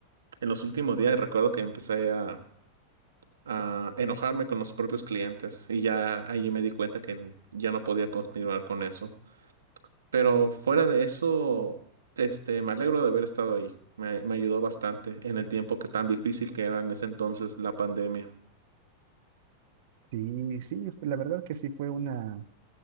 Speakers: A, on the right; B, on the right.
A: en los últimos días recuerdo que empecé a, a enojarme con los propios clientes y ya allí me di cuenta que ya no podía continuar con eso. Pero fuera de eso, este, me alegro de haber estado ahí. Me, me ayudó bastante en el tiempo que tan difícil que era en ese entonces la pandemia.
B: Sí, sí, la verdad que sí fue una